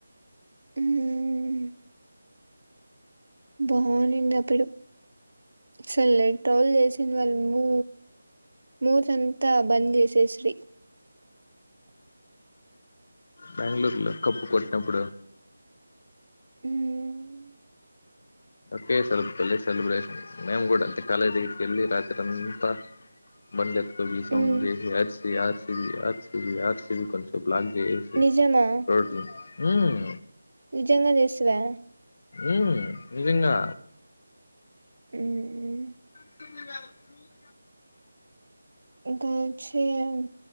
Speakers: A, on the right; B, on the left.
A: ఉమ్ బాగుంది అప్పుడు అసలు ట్రోల్ జేసి వాళ్ళు మూ మూడ్సంతా బంద్ జేసేస్రీ
B: బెంగళూరులో కప్పు కొట్టినప్పుడు
A: ఉమ్
B: ఓకే సెల్ సెలిబ్రేషన్ మేమ్ గూడా అంతే కాలేజ్ దగ్గరికి కెళ్ళి రాత్రి అంతా బండితో రీసౌండ్
A: మ్మ్
B: జేసి ఆర్సి ఆర్సిబి ఆర్సిబి ఆర్సిబి కొంసేపు బ్లాక్ జేసి
A: నిజమా
B: రోడ్లు ఉమ్
A: నిజంగా జేస్తివా
B: ఉమ్ నిజంగా
A: ఉమ్
B: జ <inaudible>
A: ఇంక వచ్చేయాలి